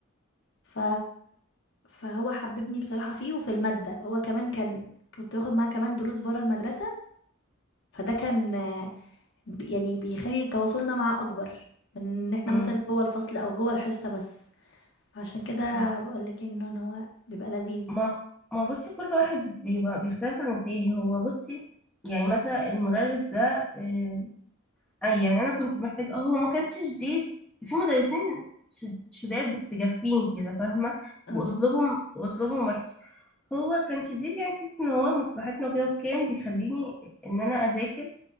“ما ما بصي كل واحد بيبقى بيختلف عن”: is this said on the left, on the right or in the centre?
Centre